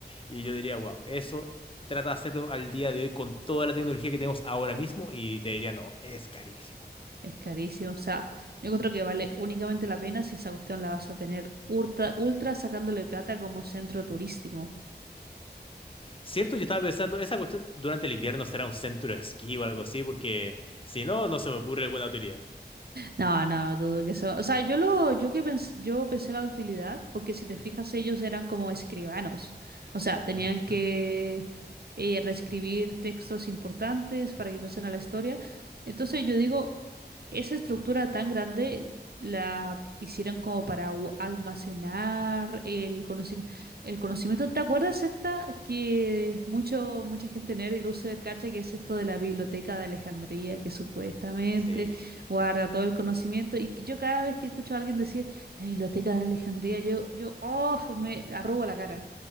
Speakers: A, on the left; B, on the right.
A: Y yo diría, wow, eso trata de hacerlo al día de hoy con toda la tecnología que tenemos ahora mismo y te diría, no, es carísimo.
B: es carísimo. O sea, yo encuentro que vale únicamente la pena si esa cuestión la vas a tener ultra, ultra sacándole plata como centro turístico.
A: Cierto, yo estaba pensando, esa cuestión durante el invierno será un centro de esquí o algo así, porque si no, no se me ocurre alguna utilidad.
B: No, no, dudo que eso. O sea, yo lo, yo que pens- yo pensé la utilidad, porque si te fijas, ellos eran como escribanos. O sea, tenían
A: Ujú.
B: que eh, reescribir textos importantes para que pasen a la historia. Entonces yo digo, esa estructura tan grande la hicieron como para gu- almacenar el conocimiento. El conocimiento. ¿Te acuerdas esta que mucho, mucha gente nerd y loser cacha que es esto de la biblioteca de Alejandría, que supuestamente
A: Sí.
B: guarda todo el conocimiento. Y yo cada vez que escucho a alguien decir la biblioteca de Alejandría, yo, yo, oh, me arrugo la cara